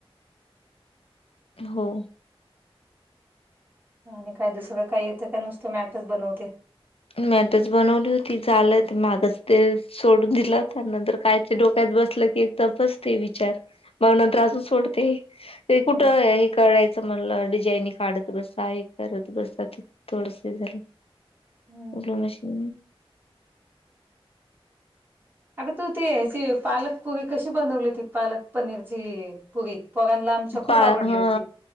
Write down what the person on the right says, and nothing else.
आणि काय दुसरं काही येतं काय नुसतं मॅटच बनवते.
हम्म
हम्म
अग तू ते अशी. पालक प- पुरी कशी बनवली होती पालक पनीरची प - पुरी पोरांना आमच्या खूप
आवडली
होती.